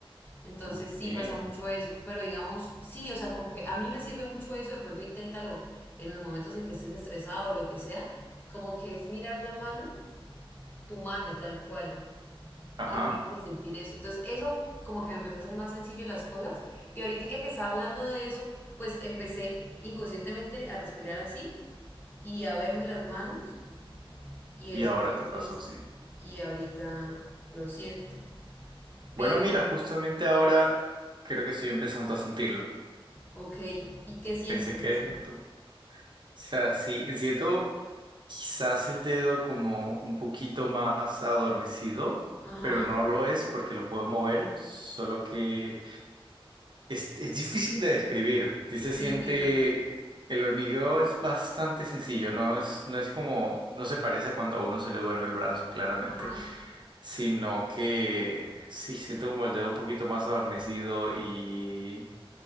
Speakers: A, on the left (about 20°); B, on the right (about 50°).
A: Entonces
B: Ok,
A: sí pasa mucho eso. Pero digamos, sí, o sea, como que a mí me sirve mucho eso, de pronto inténtalo en los momentos en que estés estresado o lo que sea, como que es mirar la mano, tu mano tal cual,
B: Ajá,
A: y empiezas a sentir eso. Entonces eso como que me empezó a hacer más sencillo las cosas y ahorita que estaba hablando de eso, pues empecé inconscientemente a respirar así y a verme las manos y
B: y
A: eso
B: ahora
A: entonces,
B: te pasó así.
A: y ahorita lo siento. Pero,
B: Bueno, mira, justamente ahora creo que estoy empezando a sentirlo.
A: ok, ¿y qué sientes?
B: Pensé que
A: Sí.
B: de pronto sea, sí, siento quizás el dedo como un poquito más adormecido,
A: Ajá,
B: pero no lo es porque lo puedo mover, solo que es, es difícil de describir. Sí se
A: sí
B: siente,
A: entiendo.
B: el hormigueo es bastante sencillo, no es, no es como, no se parece a cuando a uno se le duerme el brazo, claramente,
A: Ajá,
B: sino que sí siento como el dedo un poquito más adormecido y